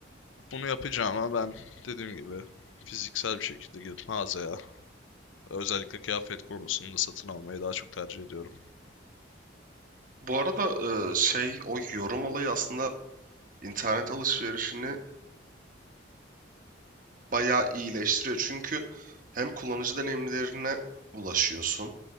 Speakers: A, on the left; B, on the right.
A: bunu yapacağım ama ben dediğim gibi fiziksel bir şekilde gidip mağazaya Özellikle kıyafet konusunda satın almayı daha çok tercih ediyorum.
B: Bu arada e, şey o yorum olayı aslında internet alışverişini bayağı iyileştiriyor. Çünkü hem kullanıcı deneyimlerine ulaşıyorsun